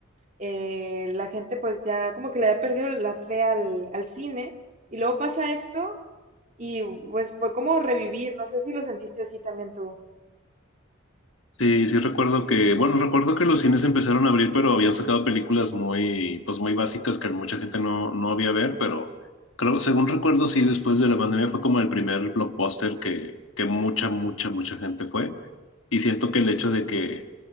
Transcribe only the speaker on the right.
eh, la gente pues ya como que le había perdido la fe al, al cine y luego pasa esto y pues fue como revivir, no sé si lo sentiste así también tú.